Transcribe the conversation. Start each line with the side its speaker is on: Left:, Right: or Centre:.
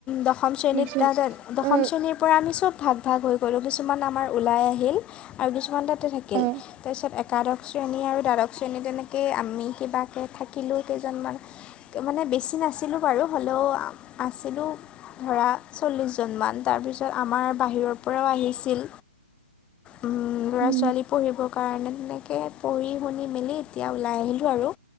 Left: দশম শ্ৰেণীত
Right: বুজিছোঁ
Left: তাৰপিছত দশম
Right: অ',
Left: শ্ৰেণীৰ পৰা আমি চব ভাগ ভাগ হৈ গলোঁ, কিছুমান আমাৰ ওলাই আহিল আৰু কিছুমান তাতে থাকিল।
Right: অ',
Left: তাৰপিছত এক একাদশ শ্ৰেণী আৰু দ্বাদশ শ্ৰেণী তেনেকেই আমি কিবাকৈ থাকিলেও কেইজনমান মানে বেছি নাছিলোঁ বাৰু হলেও আছিলোঁ ধৰা চল্লিছজনমান, তাৰপিছত আমাৰ বাহিৰৰ পৰাও আহিছিল। উম ল'ৰা-ছোৱালী
Right: উম,
Left: পঢ়িবৰ কাৰণে তাকে পঢ়ি- শুনি মেলি এতিয়া ওলাই আহিলোঁ আৰু।